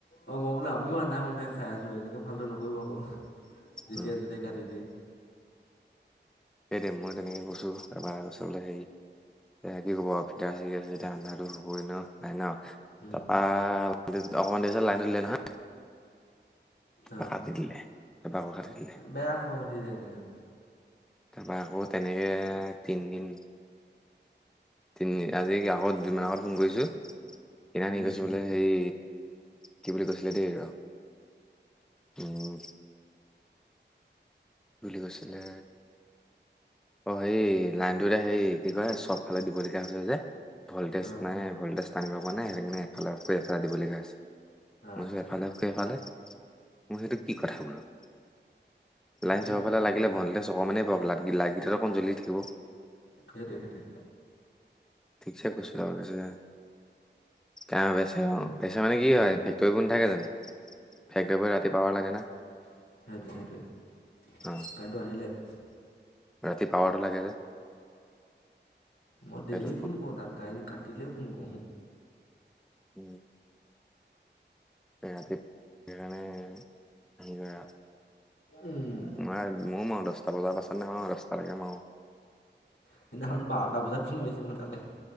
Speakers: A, on the left (about 85°); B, in the centre.
A: অ মই বোলো আমিও আন্ধা মুন্ধাই খাই আছোঁ এনেকৈ ফালটো নকৰিব আকৌ যেতিয়া
B: উম
A: তেতিয়াই কাটি দিয়ে।
B: সেইতে মই তেনেকে কৈছোঁ এবাৰ কৈছে বোলে হেৰি। এ কি কব আৰু ফিতা চিগি আছেয়া অন্ধা টো হবই ন ন।
A: উম
B: তাৰপা অকমান দেৰিচত লাইনত উিলে নহয়। তাপ
A: অ
B: কাট দিলে। তাৰপা আকৌ কাটি দিলে
A: বেয়া খং উঠি যায় এনেক।
B: তাৰপা আকৌ তেনেকে তিনিদিন। তিনি আজি আগত দু মান আগত ফোন কৰিছো। সনানি
A: উম
B: কৈছো বোলে সেই কি বুলি কৈছিলে দেই ৰ। উম। বুলি কৈছিলে। অ হেৰী লাইনটোত হেৰী কি কয় চব ফালে দিবলগীয়া হৈছে যে। ভল্টেজ
A: অ
B: নাই ভল্টেজ টানিব পৰা নাই সেইটোকাৰণে এফালে অফ কৰি এফালে দিবলগীয়া হৈছে। মই
A: আচ্ছা
B: কইছো এফালে অফ কৰি এফালে মই কইছো সেইটো কি কথা বোলো। লাইন
A: হেৰি
B: চব ফালে
A: বে-
B: লাগিলে ভল্টেজ অকণমানে পাব লাইট‌ গিটা অকণমান জ্বলি থাকিব।
A: সেইটোৱেই সেইটোৱেই।
B: ঠিকছে কৈছিলা আৰু বেছি নাই। কাহ বেছি হ'ল। বেছি মানে কি হয়
A: উম
B: ফেক্টৰীবোৰ নথাকে জানো ফেক্টৰীবোৰ ৰাতিপুৱা লাগে না।
A: সেইটোৱেই সেইটোৱেই কাৰেণ্ট
B: অ
A: আহিলে।
B: ৰাতি পাৱাৰটো লাগে যে।
A: মই
B: সেইটো
A: ডেইলি ফোন কৰোঁ তাক কাইণ্ট কাটিলে ফোন কৰোঁ।
B: উম। এই ৰাতি সেই কাৰণে। ওম আহিবা
A: উম,
B: মইও আৰু দশটা বজাৰ পাছত। মানে আৰু দশটা লাগে আৰু।
A: সেইদিনাখন বাৰটা বজাত ফোন মাৰিছো তালে।